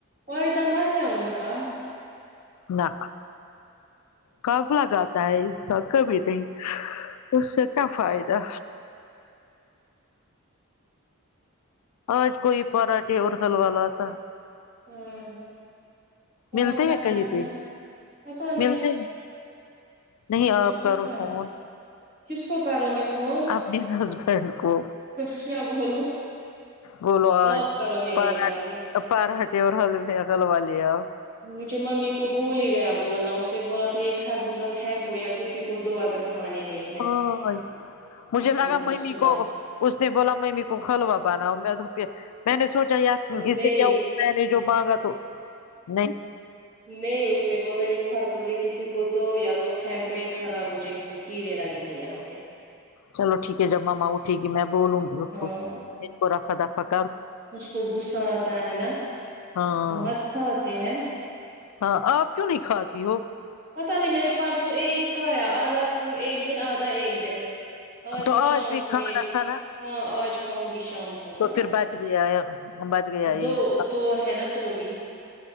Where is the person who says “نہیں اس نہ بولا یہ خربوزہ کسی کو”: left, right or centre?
Right